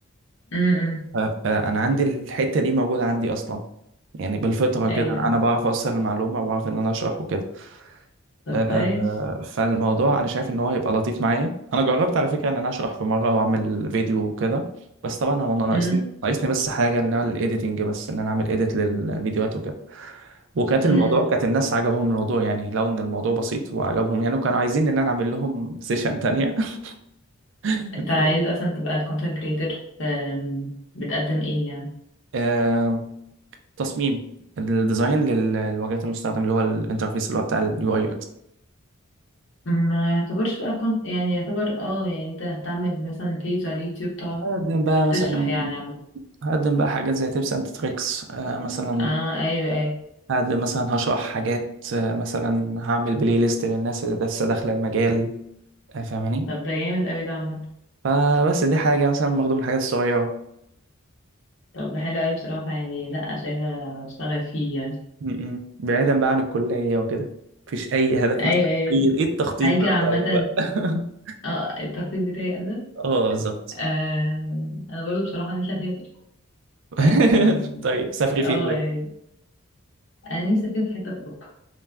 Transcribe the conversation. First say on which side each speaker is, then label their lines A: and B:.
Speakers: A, on the left (about 60°); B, on the right (about 60°).
A: امم
B: ف- فانا عندي الحتة دي موجودة عندي اصلا يعني بالفطرة كده
A: ايوه
B: انا بعرف اوصل المعلومة وبعرف ان انا اشرح وكده
A: طب
B: آه،
A: كويس
B: فالموضوع انا شايف ان هو هيبقى لطيف معايا انا جربت على فكره ان انا اشرح في مره واعمل فيديو وكده بس طبعا هو انا ناقصني
A: امم
B: ناقصني بس حاجه ان انا الايديتنج بس ان انا اعمل ايديت للفيديوهات وكده وكانت
A: امم
B: الموضوع كانت الناس عجبهم الموضوع يعني لو ان الموضوع بسيط وعجبهم يعني وكانوا عايزين ان انا اعمل لهم سيشن تانية <laughs>
A: انت عايز اصلا تبقى content creator أم، بتقدم ايه يعني
B: آه، تصميم الديزاين للواجهات المستخدم اللي هو الانترفيس اللي هو بتاع اليو اي يو اكس
A: ما يعتبرش بقى كنت يعني يعتبر اه يعني انت هتعمل مثلا بيج على اليوتيوب تقعد
B: هقدم بقى مثلا
A: تشرح يعني عامة
B: هقدم بقى حاجات زي تيبس اند تريكس مثلا
A: اه ايوه ايوه
B: هاد مثلا هشرح حاجات آه، مثلا هعمل بلاي ليست للناس اللي لسه داخله المجال آه، فاهماني
A: طب ده جامد اوي ده عامة
B: فبس دي حاجه مثلا برضه من الحاجات الصغيره
A: طب ده حلو اوي بصراحة يعني لأ شايفة اشتغل فيه يعني
B: م- م. بعيدا بقى عن الكليه وكده مفيش اي هدف
A: ايوه
B: مثلا
A: ايوه
B: اي ايه التخطيط
A: حاجة
B: بقى بتاعك
A: عامة
B: بقى <laughs>
A: اه التخطيط بتاعي انا
B: اه بالظبط
A: آه انا برضو بصراحة نفسي اسافر
B: <laughs>
A: اه
B: طيب سافري فين
A: آه،
B: طيب
A: يعني انا نفسي اسافر في حتة في اوروبا